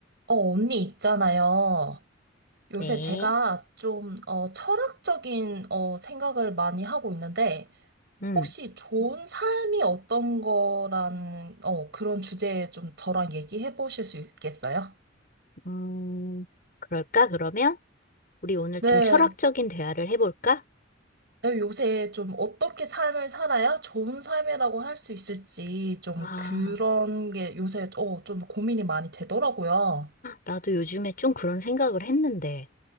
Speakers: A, on the right; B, on the left.
A: 어, 언니 있잖아요. 요새
B: 네.
A: 제가 좀, 어, 철학적인, 어, 생각을 많이 하고 있는데,
B: 음,
A: 혹시 좋은 삶이 어떤 거라는, 어, 그런 주제에 좀 저랑 얘기해 보실 수 있겠어요?
B: 음, 그럴까, 그러면? 우리 오늘
A: 네.
B: 좀 철학적인 대화를 해볼까?
A: 네, 요새 좀 어떻게 삶을 살아야 좋은 삶이라고 할 수 있을지 좀
B: 아,
A: 그런 게 요새, 어, 좀 고민이 많이 되더라고요.
B: 나도 요즘에 좀 그런 생각을 했는데,